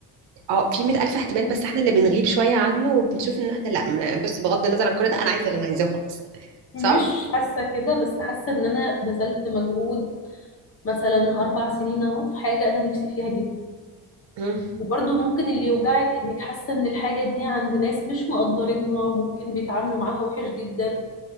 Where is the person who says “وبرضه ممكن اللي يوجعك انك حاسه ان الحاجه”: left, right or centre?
Left